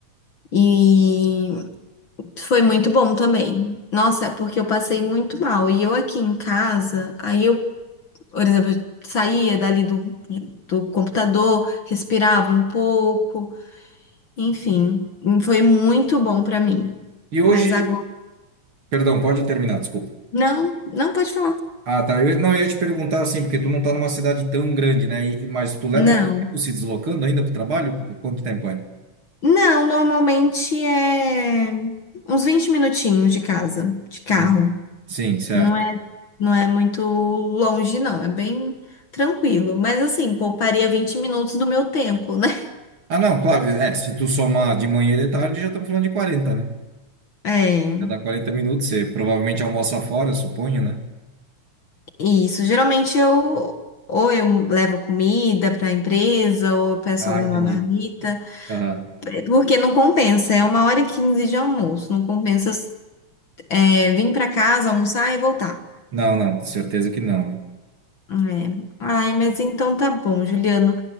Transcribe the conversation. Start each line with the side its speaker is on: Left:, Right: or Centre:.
Left: E foi muito bom também. Nossa, porque eu passei muito mal. E eu aqui em casa, aí eu, por exemplo, eu saía dali do, do computador, respirava um pouco, enfim, foi muito bom pra mim.
Right: E hoje,
Left: Mas agora.
Right: Perdão, pode terminar, desculpa.
Left: Não, não pode falar.
Right: Ah, tá. Eu, não, eu ia te perguntar assim, porque tu não tá numa cidade tão grande, né? E, mas tu leva
Left: Não.
Right: muito tempo se deslocando ainda pro trabalho? Quanto tempo é?
Left: Não, normalmente é uns 20 minutinhos de casa, de carro.
Right: Hum, Sim, certo.
Left: Não é, não é muito longe, não. É bem tranquilo. Mas assim, pouparia 20 minutos do meu tempo, né? <laughs>
Right: Ah, não, claro. É, se tu somar de manhã e de tarde, já estamos falando de 40, né?
Left: É,
Right: Já dá 40 minutos. Você provavelmente almoça fora, suponho, né?
Left: isso. Geralmente eu ou eu levo comida para a empresa ou eu peço
Right: Ah,
Left: alguma
Right: entendi.
Left: marmita,
Right: Aham.
Left: porque não compensa. É uma hora e quinze de almoço. Não compensa é, vir para casa, almoçar e voltar.
Right: Não, não, certeza que não.
Left: É. Ai, mas então tá bom, Juliano.